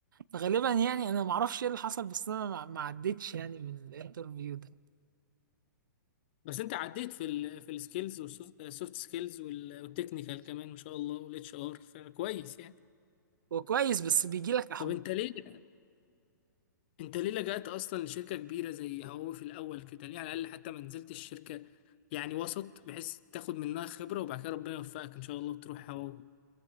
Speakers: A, on the right; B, on the left.
A: فغالبا يعني انا ما اعرفش ايه اللي حصل بس انا ما ما عدتش يعني من الانترفيو ده
B: بس انت عديت في ال في السكيلز والسوفت سكيلز والتكنيكال كمان ما شاء الله والاتش ار فكويس يعني
A: هو كويس بس بيجي لك احباط
B: طب انت ليه انت ليه لجأت اصلا لشركه كبيره زي هواوي في الاول كده ليه على الاقل حتى ما نزلتش شركه يعني وسط بحيث تاخد منها خبره وبعد كده ربنا يوفقك ان شاء الله وتروح هواوي